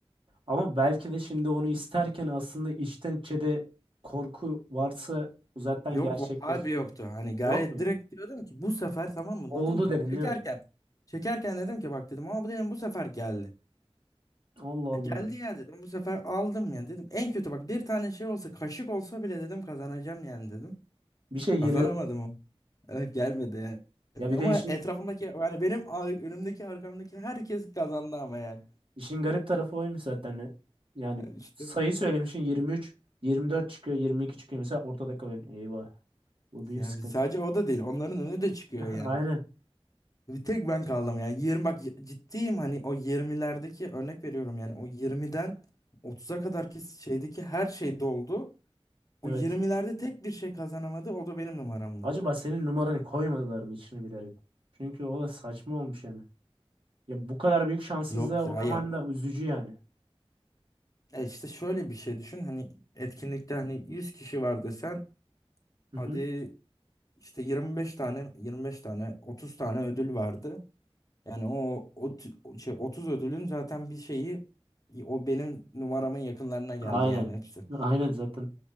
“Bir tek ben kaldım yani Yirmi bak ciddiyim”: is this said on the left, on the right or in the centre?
Left